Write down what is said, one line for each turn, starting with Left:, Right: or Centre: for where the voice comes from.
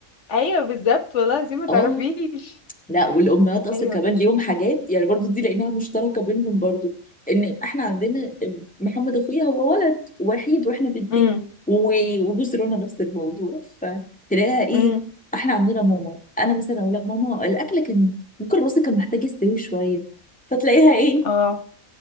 Left: ايوه بالظبط والله زي ما تعرفيش
Centre: آه لا والامهات اصلا
Left: ايوه
Centre: كمان ليهم حاجات يعني برضو دي لقيناها مشتركه بينهم برضو ان احنا عندنا محمد اخويا هو ولد وحيد واحنا بنتين
Left: امم
Centre: و- وجوز رنا نفس الموضوع فتلاقيها ايه
Left: امم
Centre: احنا عندنا ماما انا مثلا اقول لها ماما الاكل كان ممكن الرز كان محتاج يستوي شويه فتلاقيها ايه
Left: اه